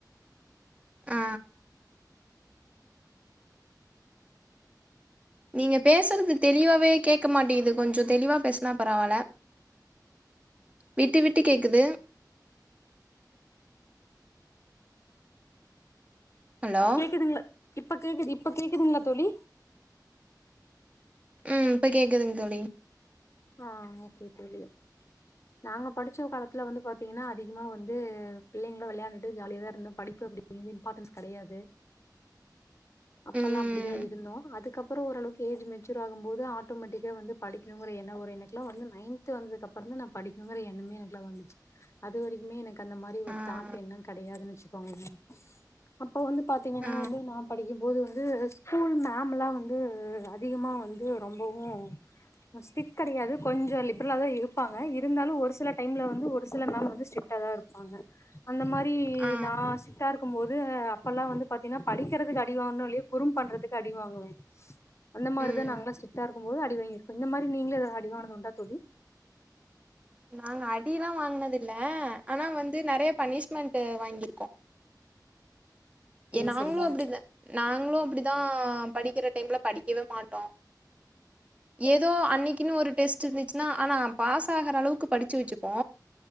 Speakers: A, on the right (about 15°); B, on the left (about 40°).
A: ஆ ஆ நீங்க பேசுறது தெளிவாவே கேட்க மாட்டிகிது கொஞ்சம் தெளிவா பேசுனா பரவால விட்டு விட்டு கேட்குது ஹலோ
B: கேக்குதுங்களா இப்ப கேக்குது இப்ப கேக்குதுங்களா தோழி
A: ம் இப்ப கேக்குதுங்க தோழி
B: ஆ ஓகே தோழி நாங்க படிச்ச காலத்துல வந்து பாத்தீங்கன்னா அதிகமா வந்து பிள்ளைங்களோட விளையாண்டுட்டு ஜாலியா தா இருந்தோம் படிப்பு அப்டி அங்க இம்பார்டன்ஸ் கெடயாது
A: <inaudible>
B: அப்பெல்லா
A: ம்
B: அப்டிதா இருந்தோ அதுக்கப்புறோ ஓரளவுக்கு ஏஜ் மெச்சூர் ஆகும் போது ஆட்டோமேட்டிக்கா வந்து படிக்கணுங்கிற ஒரு எண்ணோ வர் இப்ப எனக்குல்லா வந்து நைன்த்து வந்ததுக்கப்புறந்தா நா படிக்குனுங்கிற எண்ணமே எனக்குல்லா வந்துச்சு அது வரைக்குமே எனக்கு அந்த மாரி ஒரு
A: ஆ
B: தாட் என்ன கடையாதுன்னு வச்சுக்கோங்களே அப்போ வந்து பாத்தீங்கன்னா
A: ஆ
B: வந்து நா படிக்கும்போது வந்து ஸ்கூல் மேம்முலா வந்து அதிகமாக வந்து ரொம்பவு பஸ்ட் இட் கெடயாது கொஞ்சோ லிப்ரலாதா இருப்பாங்க இருந்தாலு ஒரு சில டைம்ல வந்து ஒரு சில மேம் வந்து ஸ்ரிட்டாதா இருக்கு பண்ண அந்த மாரி
A: ஆ
B: நா ஸ்ரிட்டா இருக்கும் போது அப்பெல்லா வந்து பாத்தீங்ன்னா படிக்றதுக்கு அடிவாங்குறன்னோ இல்லையோ குறும் பண்றதுக்கு அடிவாங்குவ அந்த மாரிதா
A: ம்
B: நாங்களா ஸ்ரிக்டா இருக்கும்போது அடிவாங்கிருக்கோ இந்த மாரி நீங்களு அடிவாங்னது உண்டா தோலி
A: நாங்க அடில்லா வாங்கனது இல்ல ஆனா வந்து நெறைய பனிஷ்மெண்ட் வாங்கிர்க்கோ
B: சரிங்க
A: ஏ நாங்களு
B: சரிங்க
A: அப்டிதா நாங்களு அப்டிதா படிக்கிற டைம்ல படிக்கவே மாட் டோ ஏதோ அன்னிக்கினு ஒரு டெஸ்ட் இருந்துச்சுன்னா ஆனா பாஸ் ஆகுற அளவுக்கு படுச்சு வச்சுப்போ